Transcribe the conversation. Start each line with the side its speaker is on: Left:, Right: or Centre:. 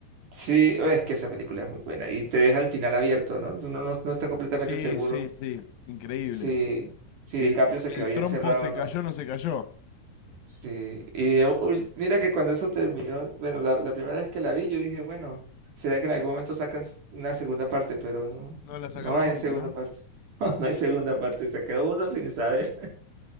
Right: Sí, es que esa película es muy buena y te deja el final abierto, ¿no? Uno no, no está completamente
Left: Sí,
Right: seguro
Left: sí, sí, increíble.
Right: si, si
Left: El,
Right: DiCaprio
Left: si
Right: se quedó
Left: el
Right: ahí
Left: trompo
Right: encerrado
Left: se
Right: o no.
Left: cayó, no se cayó.
Right: Sí, y uy, mira que cuando eso terminó, bueno, la, la primera vez que la vi, yo dije, bueno, será que en algún momento sacan s- una segunda parte, pero no,
Left: No la sacaron
Right: no hay
Left: nunca,
Right: segunda
Left: ¿no?
Right: parte. <laughs> No, no hay segunda parte, se quedó uno sin saber.